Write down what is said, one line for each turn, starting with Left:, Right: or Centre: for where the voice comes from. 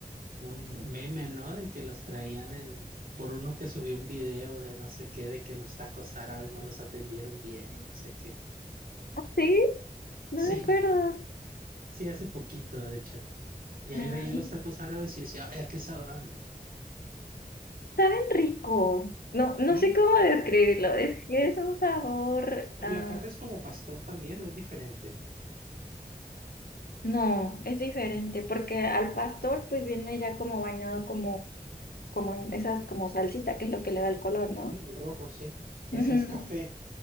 Right: un meme, ¿no? De que los traían en... por uno que subió un video de no sé qué, de que los tacos árabes no los atendieron bien y no sé qué.
Left: sí, no
Right: Sí,
Left: me acuerdo.
Right: sí, hace poquito, de hecho. Y ahí
Left: Ah,
Right: veía los tacos árabes y yo decía, ay, ¿a qué sabrán?
Left: saben rico. No, no
Right: Sí,
Left: sé cómo describirlo. Es que
Right: Pe-
Left: es un sabor.
Right: Pero
Left: ah,
Right: la carne es como pastor también, ¿o es diferente?
Left: No, es diferente, porque al pastor pues viene ya como bañado como, como en esas como salsita, que es lo que le da el color, ¿no?
Right: Ujú, el rojo, sí. Esa
Left: Ujú.
Right: es café.